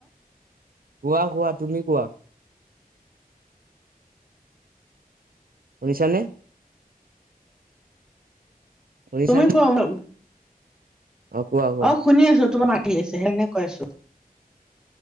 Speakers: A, on the right; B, in the centre.
A: কোৱা, কোৱা তুমি কোৱা। শুনিছানে? শুনিছানে
B: তুমি কোৱা, <unintelligible>
A: কোৱা কোৱা
B: অ' শুনি আছো, তোমাক মাতি আছে সেইকাৰণে কৈ আছো।